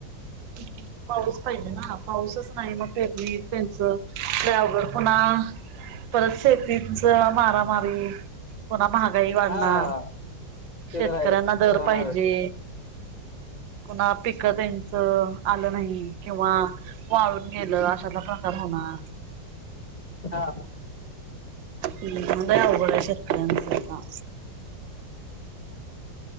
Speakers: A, on the right (about 80°); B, on the left (about 65°).
A: <unintelligible> पाऊस पाहिजे ना, पाऊसच नाही मग पेरणी त्यांच लय अवघड पुन्हा परत शेतीच मारामारी पुन्हा महाग गरिबांना,
B: हा ते
A: शेतकऱ्यांना
B: तर आहेच ते
A: दर
B: होणारच
A: पाहिजे. पुन्हा पीक तेन त आल नाही किंवा वाळून गेलं अशातला प्रकार होणार.
B: हा हा
A: लय आवघड हाय शेतकऱ्यांच काम.